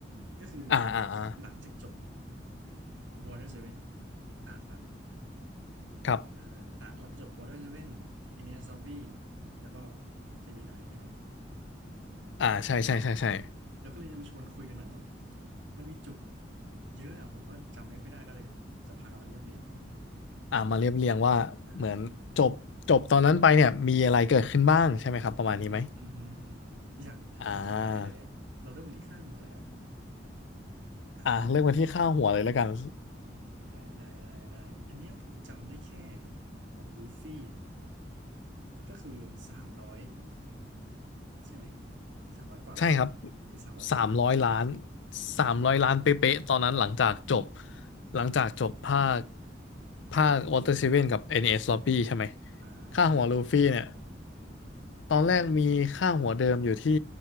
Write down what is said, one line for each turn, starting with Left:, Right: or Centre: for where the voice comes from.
Right: ก็คือ
Left: อ่าอ่าอ่า
Right: หลังจากจบ Water Seven อาร์คนั้น
Left: ครับ
Right: อ่าอาร์คหลังจบ Water Seven Enies Lobby แล้วก็ของ CB9 ใช่ไหม
Left: อ่าใช่ใช่ใช่ใช่
Right: อ่าอ่าแล้วก็เลยจะมาชวนคุยกันหน่อยว่ามันมีจุดเยอะอ่ะผมก็จำไม่ค่อยได้ก็เลยจะพากันมาเรียบเรียง
Left: อ่ามาเรียบเรียงว่าเหมือนจบจบตอนนั้นไปเนี่ยมีอะไรเกิดขึ้นบ้างใช่ไหมครับประมาณนี้ไหม
Right: อ่าอ่าอ่าอือฮึอือฮึอือฮึอย่างถ้าผมจำได้เลยอ่ะเราเริ่มมาที่ข้างหัวเลยก็ได้
Left: อ่า
Right: อ่า
Left: อ่าเริ่มกันที่ค่าหัวเลยแล้วกัน
Right: ได้ได้ได้ได้อันเนี้ยผมจำได้แค่ของลูฟี่ก็คือสามร้อยใช่ไหมสามร้อยกว่าปะ
Left: ใช่ครับ
Right: หรือสามร้อยเป๊ะนะ
Left: สามร้อยล้านสามร้อยล้านเป๊ะๆตอนนั้นหลังจากจบหลังจากจบภาคภาควอเตอร์เซเว่นกับ NS Lobby ใช่ไหม
Right: อ่า
Left: ค่าหัวลูฟี่เนี่ย
Right: ใช่ใช่ใช่
Left: ตอนแรกมีค่าหัวเดิมอยู่ที่